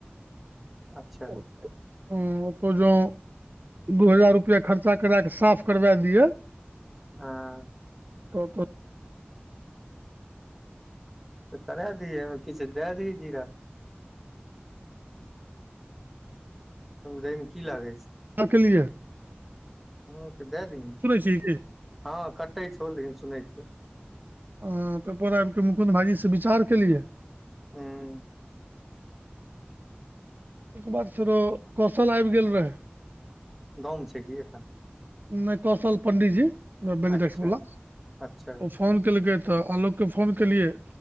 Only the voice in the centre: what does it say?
अच्छा
आ
तऽ करय दिय अइमे किछु दए दियै जीरा <unintelligible> कि लागय छय
<inaudible> दय दिही
हँ कटै छौ लेकिन सुनै छियौ
उ्म
गांव मे छै कि एखन
अच्छा
अच्छा